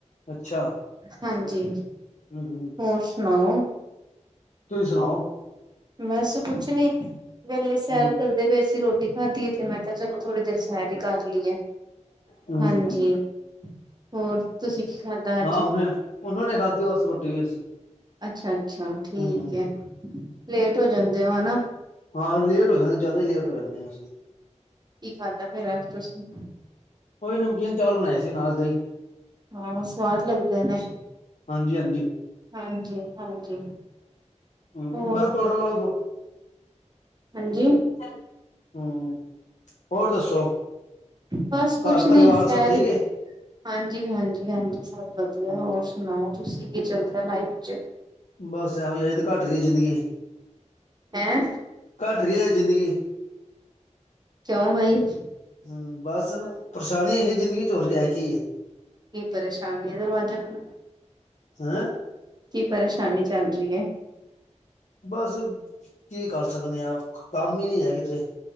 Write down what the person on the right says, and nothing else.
ਹਾਂਜੀ ਹੋਰ
ਸੁਣਾਓ।
ਬਸ ਕੁੱਛ ਨੀ। ਵੇਲੇ ਸੈਰ
ਕਰਦੇ ਪਏ ਸੀ ਰੋਟੀ ਖਾਧੀ ਹੈ ਤੇ ਮੈਂ ਕਯਾ ਚਲੋ ਥੋੜੀ ਦੇਰ ਸੈਰ ਹੀ ਕਰ ਲਈਏ।
ਹਾਂਜੀ ਹੋਰ ਤੁਸੀਂ ਕੀ ਖਾਧਾ ਅੱਜ
ਅੱਛਾ-ਅੱਛਾ, ਠੀਕ
ਹੈ, ਲੇਟ ਹੋ ਜਾਂਦੇ ਹੋ ਹੈਨਾ?
ਕੀ ਖਾਦਾ ਫੇਰ ਅੱਜ ਤੁਸੀ
ਹਾਂ ਸਵਾਦ ਲੱਗਦੇ ਨੇ।
ਹਾਂਜੀ-ਹਾਂਜੀ,
ਹੋਰ
ਹਾਂਜੀ।
ਬਸ ਕੁਛ
ਨੀ
ਸੈਰ
ਈ
ਹਾਂਜੀ-ਹਾਂਜੀ-ਹਾਂਜੀ ਸਭ ਵਧੀਆ
ਹੋਰ ਸੁਣਾਓ ਤੁਸੀਂ ਕੀ ਚੱਲਦਾ ਲਾਈਫ ਚ
ਹੈਂ
ਕਿਉਂ ਬਾਈ
ਕੀ ਪਰੇਸ਼ਾਨੀ ਏ ਦਰਵਾਜ਼ਾ ਖੁਲੈ
ਕੀ ਪਰੇਸ਼ਾਨੀ ਚੱਲ ਰਹੀ ਹੈ?